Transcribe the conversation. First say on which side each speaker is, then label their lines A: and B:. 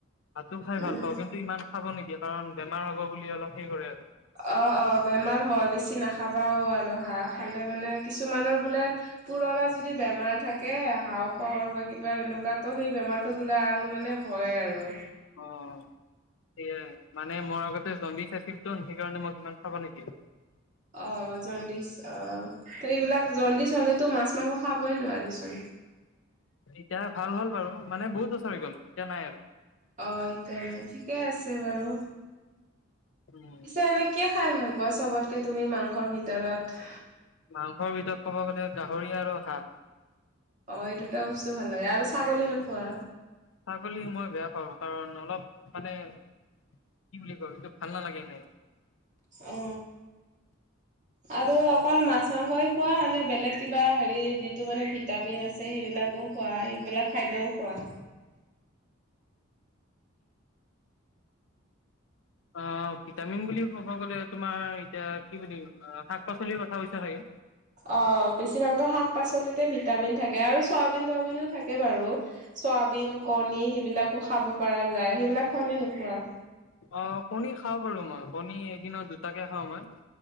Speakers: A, on the left (about 70°); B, on the right (about 40°).
A: হাতো খাই ভাল
B: উম
A: পাওঁ কিন্তু ইমান খাব নিদিয়া কাৰণ বেমাৰ হ'ব বুলি অলপ সেই কৰে আৰু
B: অ অ বেমাৰ হয়, বেছি নাখাবাও আৰু হাঁহ খালে মানে কিছুমানৰ বোলে পুৰণা যদি বেমাৰ থাকে হাঁহফাও বা কিবা এনেকুৱাতো সেই বেমাৰটো বোলে আৰু মানে হয় আৰু।
A: অ, সেইয়াই মানে মই আগতে জণ্ডি চাইছিলত সেইকাৰণে মই ইমান খাব নিদিয়ে।
B: অ জণ্ডিচ অ ত এইবিলাক জণ্ডিচ হলেতো মাছ মাংস খাবই নোৱাৰি চোন।
A: এতিয়া ভাল হ'ল বাৰু মানে বহুত বছৰ হৈ গ'ল এতিয়া নাই আৰু।
B: অ এতিয়া নাই, ঠিকে আছে বাৰু,
A: উম,
B: পিছে এনেই কিয় খাই ভাল- পোৱা, চবতকে তুমি মাংসৰ ভিতৰত?
A: মাংসৰ ভিতৰত ক'ব গ'লে গাহৰি আৰু হাঁহ।
B: অ এই দুটা বস্তু ভাল লাগে আৰু ছাগলী নোখোৱা?
A: ছাগলী মই বেয়া পাওঁ কাৰণ অলপ মানে - কি বুলি কবি এইটো ভাল নালাগে এনেই।
B: অ অ।
A: <inaudible>
B: আৰু অকল মাছ মাংসই খোৱা নে বেলেগ কিবা হেৰি যিটো মানে ভিটামিন আছে সেইবিলাকো - খোৱা সেইবিলাক খাদ্যও খোৱা?
A: অ ভিটামিন বুলি ক'ব গলে তোমাৰ এতিয়া কি বুলি শাক পাচলিৰ কথা কৈছা চাগে?
B: অ বেছিভাগতো শাক পাচলিতে ভিটামিন থাকে আৰু চয়াবিন তয়বিনো থাকে বাৰু। চয়াবিন, কণী সেইবিলাকো খাব পৰা যায় সেইবিলাক খোৱা নে নোখোৱা?
A: অ কণী খাওঁ বাৰু মই কণী এদিনত দুটাকে খাওঁ মই।